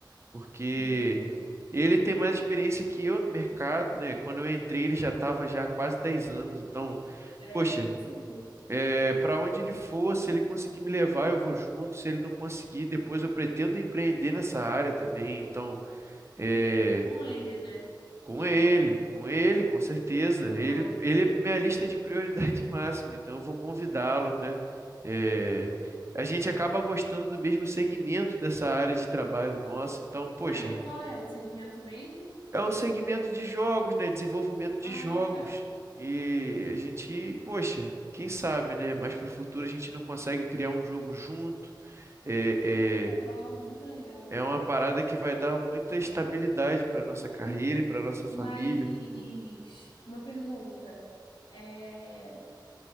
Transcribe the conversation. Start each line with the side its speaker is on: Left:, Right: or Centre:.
Right: porque
Left: Entendi.
Right: ele tem mais experiência que eu no mercado, né? Quando eu entrei, ele já estava já há quase 10 anos. Então,
Left: É,
Right: poxa.
Left: com certeza.
Right: É, para onde ele for, se ele conseguir me levar, eu vou junto. Se ele não conseguir, depois eu pretendo empreender nessa área também. Então, é,
Left: Sim, com ele, né?
Right: com
Left: Ou
Right: ele,
Left: não?
Right: com ele, com certeza.
Left: Aham.
Right: Ele, ele é minha lista de prioridade <laughs> máxima, então eu vou convidá-lo, né? É, a gente acaba gostando do mesmo segmento dessa área de trabalho nossa. Então, poxa,
Left: Ah, é? Qual é? O segmento mesmo?
Right: é o segmento de jogos, né? Desenvolvimento de
Left: Ah,
Right: jogos.
Left: tá.
Right: E a gente, poxa, quem sabe, né? Mas para o futuro a gente não consegue criar um jogo junto. É,
Left: Muito
Right: é,
Left: legal, muito legal.
Right: é uma parada que vai dar muita estabilidade para nossa carreira
Left: Hum,
Right: e para nossa família.
Left: Mas uma pergunta. É,